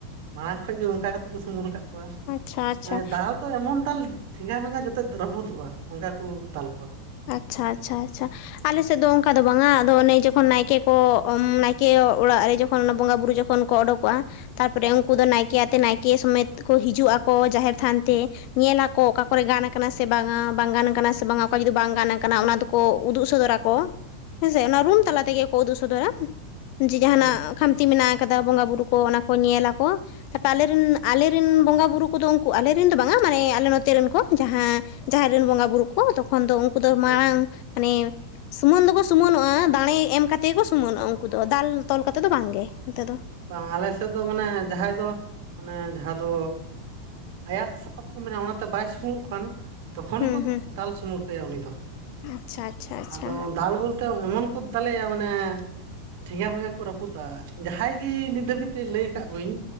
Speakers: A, on the right; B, on the left.
A: ᱢᱟᱲᱟᱝ ᱠᱷᱚᱡ ᱜᱮ ᱚᱱᱠᱟ ᱠᱟᱛᱮᱫ ᱠᱚ ᱥᱩᱢᱩᱨ ᱟᱠᱟᱫ ᱠᱚᱣᱟ,
B: ᱟᱪᱪᱷᱟ ᱟᱪᱪᱷᱟ
A: ᱢᱟᱱᱮ ᱫᱟᱞ ᱛᱚ ᱮᱢᱚᱱ ᱫᱟᱞ ᱴᱷᱮᱸᱜᱟ ᱢᱮᱸᱜᱟ ᱡᱚᱛᱚ ᱨᱟᱹᱯᱩᱫᱚᱜ-ᱟ, ᱚᱱᱠᱟ ᱠᱚ ᱫᱟᱞ ᱠᱚᱣᱟ᱾
B: ᱟᱪᱪᱷᱟ ᱟᱪᱪᱷᱟ ᱟᱪᱪᱷᱟ, ᱟᱞᱮᱥᱮᱫ ᱫᱚ ᱚᱱᱠᱟ ᱫᱚ ᱵᱟᱝᱟ ᱟᱫᱚ ᱚᱱᱮ ᱡᱚᱠᱷᱚᱱ ᱱᱟᱭᱠᱮ ᱠᱚ ᱱᱟᱭ ᱠᱮ ᱚᱲᱟᱜ ᱨᱮ ᱡᱚᱠᱷᱚᱱ ᱚᱱᱟ ᱵᱚᱸᱜᱟ ᱵᱩᱩᱨ ᱡᱚᱠᱷᱚᱱ ᱠᱚ ᱚᱰᱳᱠᱚᱜ-ᱟ ᱛᱟᱨᱯᱚᱨᱮ ᱩᱱᱠᱩ ᱫᱚ ᱱᱟᱭᱠᱮ ᱟᱛᱮ ᱱᱟᱭᱠᱮ ᱥᱚᱢᱮᱛ ᱠᱚ ᱦᱤᱡᱩᱜ ᱟᱠᱚ ᱡᱟᱦᱮᱨ ᱛᱷᱟᱱ ᱛᱮ᱾ ᱧᱮᱞ ᱟᱠᱚ ᱚᱠᱟ ᱠᱚᱨᱮ ᱜᱟᱱ ᱟᱠᱟᱱᱟ ᱥᱮ ᱵᱟᱝᱟ ᱵᱟᱝ ᱜᱟᱱ ᱠᱟᱱᱟ ᱥᱮ ᱵᱟᱝᱟ ᱚᱠᱟ ᱡᱩᱫᱤ ᱵᱟᱝ ᱜᱟᱱ ᱟᱠᱟᱱᱟ ᱚᱱᱟ ᱫᱚᱠᱚ ᱩᱫᱩᱜ ᱥᱚᱫᱚᱨᱟ ᱠᱚ ᱦᱮᱸᱥᱮ ᱚᱱᱟ ᱨᱩᱢ ᱛᱟᱞᱟ ᱛᱮᱜᱮ ᱠᱚ ᱩᱫᱩᱜ ᱥᱚᱫᱚᱨᱟ᱾ ᱡᱮ ᱡᱟᱸᱦᱟᱱᱟᱜ
A: ᱦᱩᱸ
B: ᱠᱷᱟᱢᱛᱤ ᱢᱮᱱᱟᱜ ᱟᱠᱟᱫᱟ ᱵᱚᱸᱜᱟ ᱵᱩᱨᱩ ᱠᱚ ᱚᱱᱟ ᱠᱚ ᱧᱮ ᱟᱠᱚ᱾ ᱛᱟᱨᱯᱚᱨ ᱟᱞᱮ ᱨᱮᱱ ᱟᱞᱮ ᱨᱮᱱ ᱵᱚᱸᱜᱟᱼᱵᱩᱨᱩ ᱠᱚᱫᱚ ᱩᱱᱠᱩ ᱟᱞᱮ ᱨᱮᱱ ᱫᱚ ᱵᱟᱝᱟ ᱢᱟᱱᱮ ᱟᱞᱮ ᱱᱚᱛᱮ ᱨᱮᱱ ᱠᱚ ᱡᱟᱦᱟᱸ ᱡᱟᱦᱮᱨ ᱨᱮᱱ ᱵᱚᱸᱜᱟ ᱵᱩᱨᱩ ᱠᱚ ᱛᱚᱠᱷᱚᱱ ᱫᱚ ᱩᱱᱠᱩ ᱫᱚ
A: ᱦᱳᱭ
B: ᱢᱟᱲᱟᱝ ᱢᱟᱱᱮ ᱥᱩᱢᱟᱹᱱ ᱫᱚᱠᱚ ᱥᱩᱢᱟᱹᱱᱚᱜ-ᱟ ᱫᱟᱲᱮ ᱮᱢ ᱠᱟᱛᱮ ᱜᱮ ᱠᱚ ᱥᱩᱢᱟᱹᱱᱚᱜ-ᱟ ᱩᱱᱠᱩ ᱫᱚ ᱫᱟᱞ ᱛᱚᱞ ᱠᱟᱛᱮᱫ ᱫᱚ ᱵᱟᱝᱜᱮ ᱱᱚᱛᱮ ᱫᱚ᱾
A: ᱵᱟᱝ ᱟᱞᱮ ᱥᱮᱫ ᱫᱚ ᱢᱟᱱᱮ ᱡᱟᱦᱟᱸᱭ ᱫᱚ ᱚᱱᱮ ᱡᱟᱦᱟᱸ ᱫᱚ ᱟᱭᱟᱜ ᱥᱟᱯᱟᱵ ᱠᱚ ᱢᱮᱱᱟᱜ-ᱟ ᱚᱱᱟᱛᱮ ᱵᱟᱭ ᱥᱩᱢᱩᱨᱚᱜ ᱠᱷᱟᱱ ᱛᱚᱠᱷᱚᱱ
B: ᱦᱩᱸ
A: ᱠᱚ
B: ᱦᱩᱸ
A: ᱫᱟᱞ ᱥᱢᱩᱨ ᱠᱟᱭᱟ ᱩᱱᱤ ᱫᱚ,
B: ᱟᱪᱪᱷᱟ ᱟᱪᱪᱷᱟ ᱟᱪᱪᱷᱟ
A: ᱟᱫᱚ ᱫᱟᱞ ᱵᱚᱞᱛᱮ ᱮᱢᱚᱱ ᱠᱚ ᱫᱟᱞᱮᱭᱟ ᱢᱟᱱᱮ ᱴᱷᱮᱸᱜᱟ ᱵᱮᱸᱜᱟ ᱠᱚ ᱨᱟᱹᱯᱩᱫᱟ ᱡᱟᱦᱟᱸ ᱡᱟᱦᱟᱸᱭ ᱜᱮ ᱱᱤᱛ ᱫᱷᱟᱹᱵᱤᱡ ᱛᱮ ᱞᱟᱹᱭ ᱟᱠᱟᱫ ᱠᱚᱣᱟᱧ